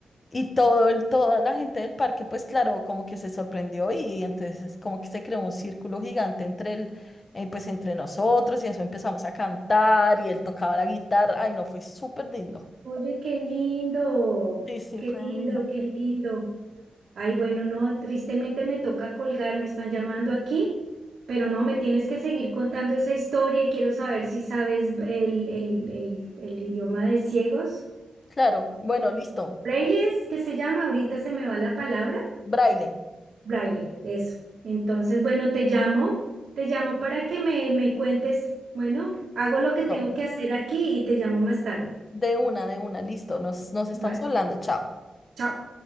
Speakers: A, on the left; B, on the right.
A: y todo el, toda la gente del parque pues claro, como que se sorprendió y entonces como que se creó un círculo gigante entre el, eh, pues entre nosotros y eso empezamos a cantar y él tocaba la guitarra, ay, no, fue súper lindo.
B: Oye, qué lindo,
A: Sí, sí,
B: qué
A: fue
B: lindo,
A: divino.
B: qué lindo. Ay, bueno, no, tristemente me toca colgar, me están llamando aquí, pero no, me tienes que seguir contando esa historia y quiero saber si sabes el, el, el, el idioma de ciegos.
A: Claro, bueno, listo.
B: Braille es que se llama, ahorita se me va la palabra,
A: Braille.
B: braille, eso. Entonces, bueno, te llamo, te llamo para que me, me cuentes, bueno, hago lo que tengo
A: listo.
B: que hacer aquí y te llamo más tarde.
A: De una, de una, listo. Nos, nos
B: Vale,
A: estamos hablando. Chao.
B: chao.